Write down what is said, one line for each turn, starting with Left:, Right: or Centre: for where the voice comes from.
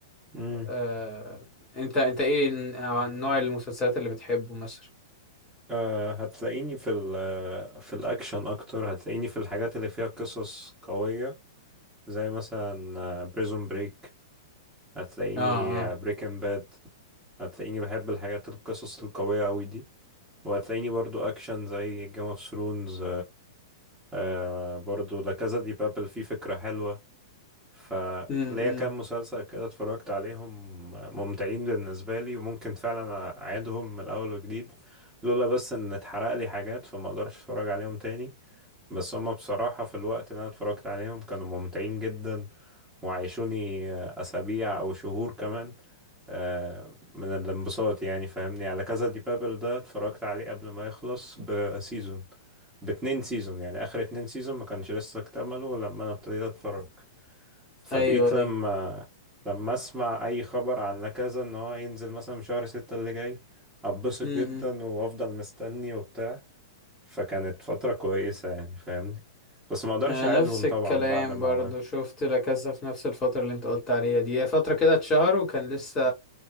Right: امم
Left: آه، انت انت ايه ن- آه، نوع المسلسلات اللي بتحبه مثلا
Right: أه هتلاقيني في ال في الاكشن اكتر هتلاقيني في الحاجات اللي فيها قصص قوية زي مثلا بريزون بريك هتلاقيني
Left: اه اه
Right: بريكن باد هتلاقيني بحب الحاجات القصص القوية قوي دي وهتلاقيني برضو اكشن زي جيم اوف ثرونز آه برضو لا كازا دي بابل فيه فكرة حلوة فليا
Left: امم
Right: كام مسلسل كده اتفرجت عليهم ممتعين بالنسبة لي وممكن فعلا أعيدهم من الأول وجديد لولا بس إن اتحرق لي حاجات فما أقدرش أتفرج عليهم تاني بس هما بصراحة في الوقت اللي أنا اتفرجت عليهم كانوا ممتعين جدا وعيشوني أسابيع أو شهور كمان آه، من الانبساط يعني فاهمني على كذا دي بابل ده اتفرجت عليه قبل ما يخلص بسيزون باتنين سيزون يعني آخر اتنين سيزون ما كانش لسه اكتملوا لما أنا ابتديت أتفرج فبقيت
Left: ايوه
Right: لما
Left: ايوه
Right: لما أسمع أي خبر عن لكذا إن هو ينزل مثلا شهر ستة اللي جاي أتبسط
Left: امم
Right: جدا وأفضل مستني وبتاع فكانت فترة كويسة يعني فاهمني بس ما اقدرش
Left: انا
Right: اعيدهم
Left: نفس
Right: طبعا
Left: الكلام
Right: بعد ما
Left: برضو
Right: عمل
Left: شفت لا كاسا في نفس الفتره اللي انت قلت عليها دي هي فتره كده اتشهر وكان لسه